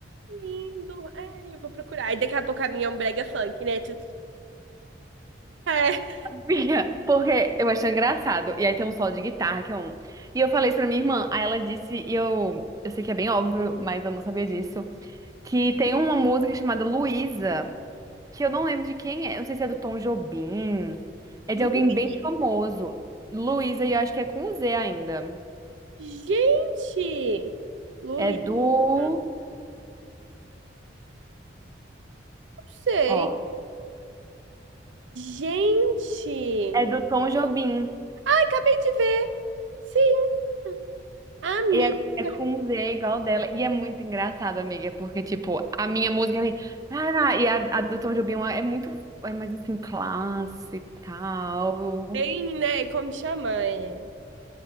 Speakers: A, on the right; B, on the right.
A: Lindo. É, eu vou procurar. E daqui a pouco a minha é um brega funk, né? Tu- É.
B: Minha, Porque eu achei engraçado. E aí tem um solo de guitarra que é um. E eu falei isso pra minha irmã. Aí ela disse, e eu, eu sei que é bem óbvio, mas eu não sabia disso, que tem uma música chamada Luísa, que eu não lembro de quem é. Eu Não sei se é do Tom Jobim. É
A: Luísa.
B: de alguém bem famoso. Luísa, e eu acho que é com Z ainda.
A: Gente. Luísa.
B: É do.
A: Não sei.
B: Ó.
A: Gente.
B: É do Tom Jobim.
A: Ai, acabei de ver. Sim. Amiga.
B: E é, é com Z igual dela. E é muito engraçado, amiga, porque, tipo, a minha música é. Ah, não, e a, a do Tom Jobim é muito. É mais assim, clássica, e tal,
A: Tem, né? Como chama? É...